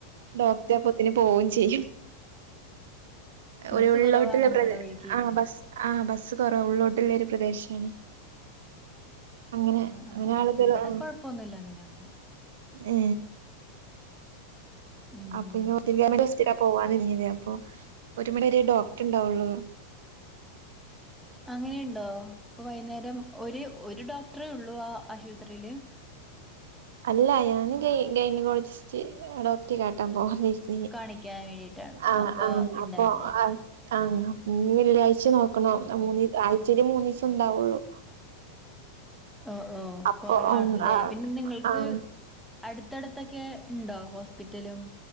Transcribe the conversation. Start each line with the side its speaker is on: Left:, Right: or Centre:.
Right: ഡോക്ട അപ്പത്തിന് പോവയും ചെയ്യും. ഒരു
Centre: ബസ്സ്
Right: ഉള്ളിലോട്ടുള്ള
Centre: കുറവാണോ
Right: പ്ര
Centre: നിങ്ങടെ വഴിക്ക്
Right: ആ ബസ് ആ ബസ്സ് കുറവ ഉള്ളോട്ടുള്ള ഒരു പ്രദേശാണ്. അങ്ങനെ
Centre: ആ
Right: അങ്ങനെ
Centre: ആ
Right: ആളുകൾ
Centre: ഇവിടെ
Right: ആ
Centre: കൊഴപ്പൊന്നുല്ല അങ്ങനെയൊന്നും
Right: ഏ
Centre: ഉം
Right: അപ്പൊ ഇനി <unintelligible> പോവാന്ന് ഇനഞ്ഞത്പ്പൊ ഒരു മണി വരെ ഡോക്ടർ ഇണ്ടാവുള്ളു.
Centre: അങ്ങനെയുണ്ടോ ഇപ്പൊ വൈന്നേരം ഒരു ഒരു ഡോക്ടറെേ ഉള്ളൂ ആ ആശുപത്രിയില്?
Right: അല്ല ഞാന് ഗൈന ഗൈന ക്കോ ളജിസ്റ്റ് ഡോക്ട്ടറെ കാട്ടാൻ പോകാന്ന് ചാരിച്ച്
Centre: കാണിക്കാൻ വേണ്ടിയിട്ടാണ്
Right: - ആ
Centre: അപ്പൊ
Right: ആ
Centre: ഇണ്ടായില്ലല്ലേ
Right: അപ്പൊ ആ ആഹ് ഞ് വെള്ളിയാഴ്ച്ച നോക്കണം
Centre: ഉം ഉം
Right: മൂന്ന് ആഴ്ചേല് മൂന്നീസം ഉണ്ടാവുള്ളൂ.
Centre: ഓ ഓ
Right: അപ്പൊ
Centre: കൊറവാണല്ലേ
Right: ഉം ആഹ്
Centre: പിന്നെ നിങ്ങൾക്ക്
Right: ആഹ്
Centre: അടുത്തടുത്തൊക്കെ ഇൻണ്ടോ ഹോസ്പിറ്റലും?